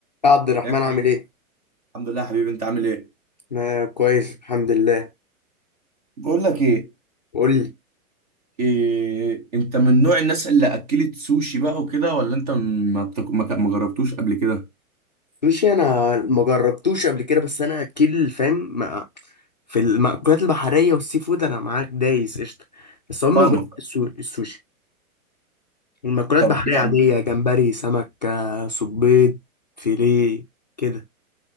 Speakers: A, on the left (about 35°); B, on the right (about 25°).
A: يا عبد الرحمن
B: يا كريم
A: عامل ايه؟
B: الحمد لله يا حبيبي انت عامل ايه
A: انا كويس الحمد لله
B: بقول لك ايه,
A: قول لي
B: إيه انت من نوع الناس اللي اكلت سوشي بقى وكده ولا انت ما بتك... ما ك- ما جربتوش قبل كده
A: سوشي انا ما جربتوش قبل كده بس انا اكل فاهم ما- في المأكولات البحرية والسي فود انا معاك دايس قشطة بس عمري
B: فاهمك
A: ما جربت السو- السوشي المأكولات
B: طب
A: البحرية
B: يعني
A: عادية جمبري سمك آه، صبيط فيليه كده